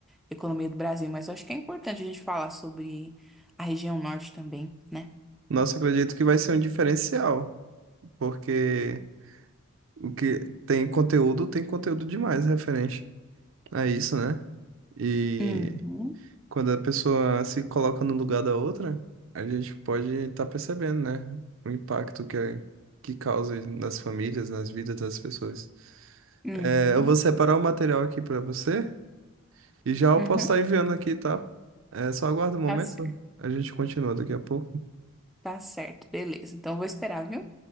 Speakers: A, in the centre; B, on the right.
A: economia do Brasil, mas eu acho que é importante a gente falar sobre a região norte também, né?
B: Nossa, acredito que vai ser um diferencial, porque o que tem conteúdo, tem conteúdo demais referente a isso, né? E
A: Uhum,
B: quando a pessoa se coloca no lugar da outra, a gente pode estar percebendo, né? O impacto que, é- que causa nas famílias, nas vidas das pessoas.
A: uhum,
B: É, eu vou separar o material aqui para você e já eu
A: uhum.
B: posso estar enviando aqui, tá? É, só aguarda um momento,
A: Tá certo,
B: a gente continua daqui a pouco.
A: tá certo, beleza. Então eu vou esperar, viu?